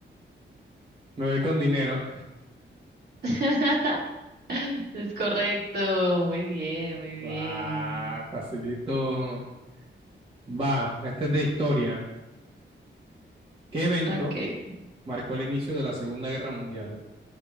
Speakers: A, on the right; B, on the right.
A: voy con dinero.
B: <laughs> Es correcto. Muy bien, muy bien.
A: Ah, facilito. Va, este es de historia. ¿Qué evento
B: Ok.
A: marcó el inicio de la Segunda Guerra Mundial?